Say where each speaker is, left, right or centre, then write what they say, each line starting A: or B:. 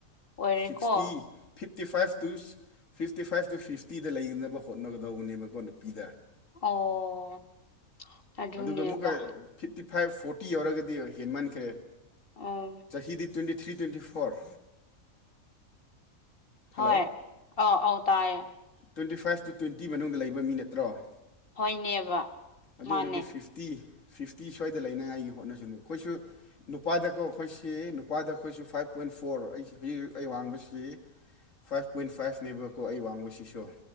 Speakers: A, on the left (about 40°); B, on the left (about 60°).
A: ꯑꯣꯏꯔꯦꯀꯣ
B: sixty fifty five two fifty five two ꯐꯤꯐꯇꯤꯗ ꯂꯩꯅꯕ ꯍꯣꯠꯅꯒꯗꯧꯕꯅꯦꯕꯀꯣ ꯅꯨꯄꯤꯗ
A: ꯑꯣ ꯑꯗꯨꯅꯦꯕ
B: ꯑꯗꯨꯒ ꯃꯨꯛꯀ ꯐꯤꯞꯇꯤ ꯐꯥꯏꯚ ꯐꯣꯔꯇꯤ ꯌꯧꯔꯒꯗꯤ ꯍꯦꯟꯃꯟꯈ꯭ꯔꯦ
A: ꯎꯝ
B: ꯆꯍꯤꯗꯤ ꯇ꯭ꯋꯦꯟꯇꯤ ꯊ꯭ꯔꯤ ꯇ꯭ꯋꯦꯟꯇꯤ ꯐꯣꯔ
A: ꯍꯣꯏ
B: ꯍꯜꯂꯣ
A: ꯑ ꯑꯥꯎ ꯇꯥꯏꯌꯦ
B: ꯇ꯭ꯋꯦꯟꯇꯤ ꯐꯥꯏꯚ ꯇꯨ ꯇ꯭ꯋꯦꯟꯇꯤ ꯃꯅꯨꯡꯗ ꯂꯩꯕ ꯃꯤ ꯅꯠꯇ꯭ꯔꯣ
A: ꯍꯣꯏꯅꯦꯕ
B: ꯑꯗꯨ
A: ꯃꯥꯅꯦ
B: ꯑꯣꯏꯔꯗꯤ ꯐꯤꯐꯇꯤ ꯐꯤꯐꯇꯤ ꯁ꯭ꯋꯥꯏꯗ ꯂꯩꯅꯉꯥꯏꯒꯤ ꯍꯣꯠꯅꯖꯅꯨ ꯑꯩꯈꯣꯏꯁꯨ ꯅꯨꯄꯥꯗꯀꯣ ꯑꯩꯈꯣꯏꯁꯦ ꯅꯨꯄꯥꯗ ꯑꯩꯈꯣꯏꯁꯤ ꯐꯥꯏꯚ ꯄꯣꯏꯟ ꯐꯣꯔ ꯑꯩꯁꯤ ꯍꯧꯖꯤꯛ ꯑꯩ ꯋꯥꯡꯕꯁꯤ ꯐꯥꯏꯚ ꯄꯣꯏꯟ ꯐꯥꯏꯚꯅꯦꯕꯀꯣ ꯑꯩ ꯋꯥꯡꯕꯁꯤꯁꯨ